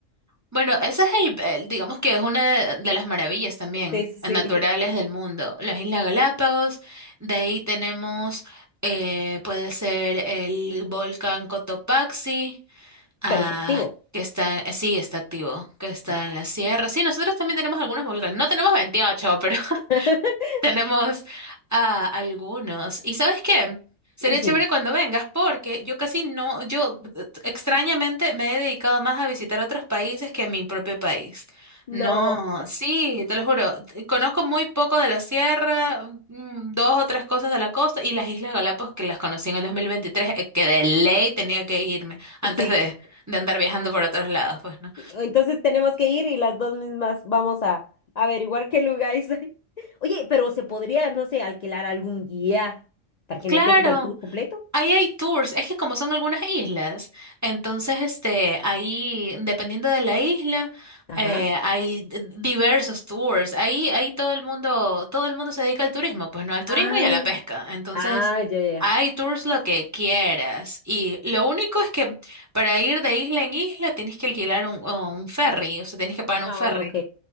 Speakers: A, on the right; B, on the left.
A: Bueno, ese es el, el- digamos que es una de, de las maravillas también
B: Sí, sí, sí,
A: eh, naturales del mundo, las Islas Galápagos. De ahí tenemos, eh, puede ser el volcán Cotopaxi,
B: <laughs>
A: ah,
B: pero está activo.
A: que está, eh, sí, está activo, que está
B: Ah.
A: en la sierra. Sí, nosotros también tenemos algunos volcanes. No tenemos 28, pero
B: <laughs>
A: Tenemos a algunos. ¿Y sabes qué? Sería
B: Sí.
A: chévere cuando vengas porque yo casi no, yo eh, extrañamente me he dedicado más a visitar otros países que a mi propio país.
B: No,
A: No, sí, te lo juro. t- Conozco muy poco de la sierra, mm, dos o tres cosas de la costa y las Islas Galápagos que las conocí en el 2023, eh, que de ley tenía que irme antes
B: sí.
A: de, de andar viajando por otros lados, pues, ¿no?
B: Entonces tenemos que ir y las dos mismas vamos a averiguar qué lugares hay. <laughs> Oye, pero se podría, no sé, alquilar algún guía para que
A: Claro.
B: nos dé como el tour completo.
A: Ahí hay tours, es que como son algunas islas, entonces este, ahí, dependiendo de la isla,
B: Ajá.
A: eh, hay d- diversos tours. Ahí, ahí todo el mundo, todo el mundo se dedica al turismo, pues no, al turismo
B: Ah,
A: y a la pesca. Entonces,
B: ah, ya, ya. ya.
A: hay tours lo que quieras. Y lo único es que para ir de isla en isla tienes que alquilar un, un ferry, o sea, tienes que pagar un
B: Ah,
A: ferry.
B: ok.